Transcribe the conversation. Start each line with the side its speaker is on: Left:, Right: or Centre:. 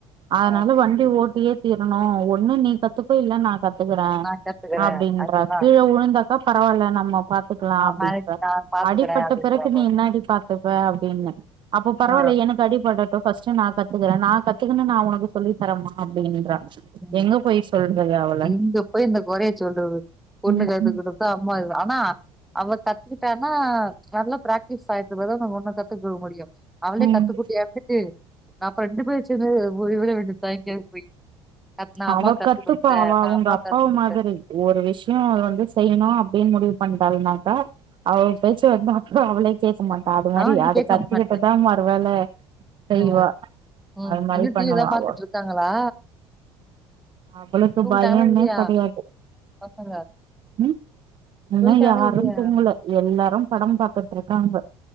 Right: அதுனால
Centre: ஆ
Right: வண்டி ஓட்டியே ஓட்டீரனு ஓட் ஒன்னு நீ கத்துக்கோ இல்ல நா கத்துக்குறே
Centre: நா கத்துக்குறே
Right: அப்டின்றா
Centre: அதுதா
Right: கீழ உழுந்தாக்க பரவால்ல நம்ம பாத்துக்கலா
Centre: ஆ
Right: அப்டின்ற
Centre: மேரேஜ் நா பாத்துக்குறே
Right: அடிபட்ட
Centre: அப்டின்றா
Right: பிறகு நீ
Centre: போல
Right: என்னாடி பாத்துப்ப அப்டின்ன அப்ப பரவால்ல
Centre: ஆ
Right: எனக்கு அடிபட ப்ப ஃபஸ்டு நா கத்துக்கற நா கத்துகுனு நா உனக்கு சொல்லி தரமா அப்டின்றா
Centre: ம்
Right: எங்க போய் சொல்றது அவள
Centre: எங்க போயி இந்த கொறைய சொல்றது பொண்ணு
Right: ம்
Centre: கத்து
Right: ம்
Centre: குடுத்து அம்மா இது ஆனா அவ கத்துகிட்டானா நல்லா பிராக்டிஸ் ஆய்ட்ட பிறகு ஒண்ண கத்துக்க முடியு அவளே கத்து
Right: ம்
Centre: குட்டியாருந்துட்டு நா அப்ப ரெண்டு பேரு சேந்து போய் இவளே விட்டுட்டா எங்கியாது போய் நா
Right: அவ
Centre: அம்மாக்கு கத்து
Right: கத்துப்பா
Centre: குடுத்தே
Right: அவ
Centre: நா
Right: அவுங்கப்பாவ்
Centre: அம்மாக்கு கத்து குடுத்தே
Right: மாதிரி ஒரு விஷய வந்து செய்யணு அப்டினு முடிவு பண்டாலுனாக்கா அவ பேச்ச வந்து அப்புற அவளே கேக்க மாட்டா அது மாரி
Centre: நா
Right: அத
Centre: கேக்க
Right: கத்துகிட்டுதா
Centre: மாட்டே
Right: மறு வேல செய்வா
Centre: ம் ம்
Right: அது மாரி
Centre: இன்னு
Right: பண்ணுவா
Centre: டி வி தா பாத்துட்டு
Right: அவொ
Centre: இருக்காங்களா
Right: அவளுக்கு
Centre: தூங்கிட்டாங்களா
Right: பயமே
Centre: இல்லையா
Right: கெடையாது
Centre: பசங்க
Right: ம் இன்ன
Centre: தூங்கிட்டாங்களா
Right: யாரு
Centre: இல்லையா
Right: தூங்கல எல்லா ரு படம் பாத்துட்ருக்காங்க